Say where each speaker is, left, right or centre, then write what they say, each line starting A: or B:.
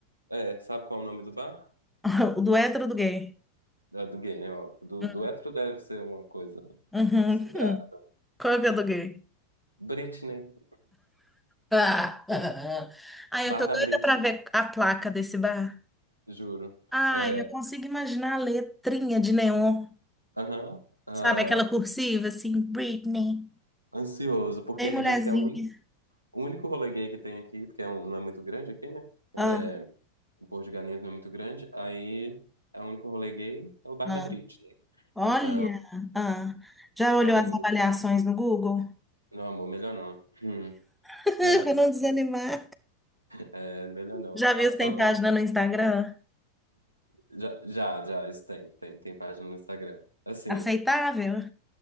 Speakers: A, on the right; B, in the centre.
A: é, sabe qual é o nome do bar?
B: <laughs> O do hétero ou do gay?
A: Ah, Do gay, né? Óbvio. Do,
B: Hum,
A: do hétero deve ser uma coisa
B: Uhum,
A: sem graça.
B: hum. Qual que eu aluguei?
A: Britney.
B: Ah, <laughs> ai,
A: Bar
B: eu tô doida
A: da Brits,
B: pra ver a placa desse bar.
A: juro.
B: Ai,
A: É,
B: eu consigo imaginar a letrinha de neon.
A: aham, ah,
B: Sabe aquela cursiva assim, Britney,
A: ansioso, porque
B: bem mulherzinha.
A: diz que é o único o único rolê gay que tem aqui, porque é um- não é muito grande aqui, né? É,
B: Ah,
A: o Porto de Galinhas não é muito grande, aí é o único rolê gay é o Bar
B: ah,
A: da Brits, né?
B: olha,
A: Então,
B: ah. Já olhou
A: estaremos.
B: as avaliações no Google?
A: Não, amor, melhor não. Hum,
B: <laughs>
A: É,
B: Pra não desanimar.
A: é, melhor não.
B: Já
A: Só,
B: viu se
A: só
B: tem
A: vamos.
B: página no Instagram?
A: Já, já, já, isso tem, tem, tem página no Instagram. Assim,
B: Aceitável?